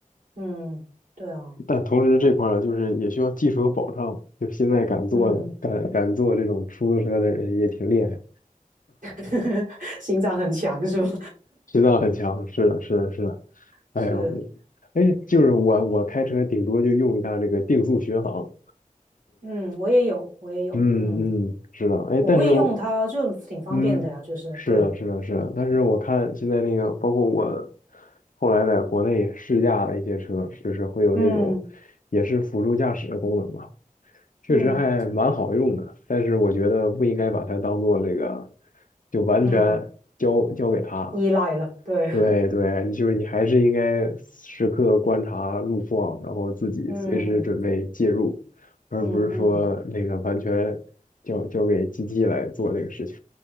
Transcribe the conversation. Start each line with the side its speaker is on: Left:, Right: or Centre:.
Right: 嗯，对啊，
Left: 但同时这块儿就是也需要技术和保障，就现在敢做的，
Right: 嗯，
Left: 敢敢做这种出租车的人也挺厉害。
Right: <laughs> 心脏很强是吗？
Left: 心脏很强，是的，是的，是的。
Right: <laughs>
Left: 哎呦，
Right: 是，
Left: 哎，就是我，我开车顶多就用一下这个定速巡航。
Right: 嗯，我也有，我也有，
Left: 嗯嗯，
Right: 嗯，
Left: 是的，哎，
Right: 我会用它，
Left: 但是我
Right: 就挺方便的呀，
Left: 嗯，
Right: 就是对，
Left: 是的，是的，是的。但是我看现在那个，包括我后来在国内试驾了一些车，就是会有那种也是辅助驾驶的功能吧，
Right: 嗯
Left: 确实还蛮好用的。
Right: 嗯
Left: 但是我觉得不应该把它当做这个，就完全交交给它，
Right: 嗯，依赖了，对，
Left: 对对，你就是你还是应该时刻观察路况，然后自己随时准备介入，
Right: <laughs> 嗯
Left: 而不是说那个完全交交给机器来做这个事情。
Right: 嗯嗯，